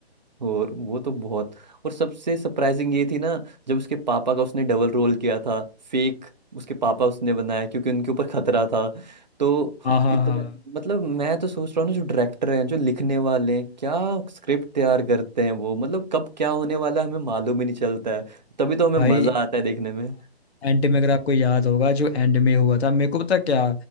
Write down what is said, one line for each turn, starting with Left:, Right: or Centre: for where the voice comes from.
Right: और वो तो बहुत और सबसे सरप्राइजिंग ये थी ना जब उसके पापा का उसने डबल रोल किया था फेक उसके पापा उसने बनाया क्योंकि उनके ऊपर खतरा था तो
Left: हाँ हाँ
Right: इतना
Left: हाँ
Right: मतलब मैं तो सोच रहा हूँ ना जो डायरेक्टर हैं जो लिखने वाले हैं क्या स्क्रिप्ट तैयार करते हैं वो मतलब कब क्या होने वाला है हमें मालूम ही नहीं चलता है तभी तो हमें
Left: भाई
Right: मजा आता है देखने में <laughs>
Left: एंड में अगर आपको याद होगा जो एंड में हुआ था मेरे को पता क्या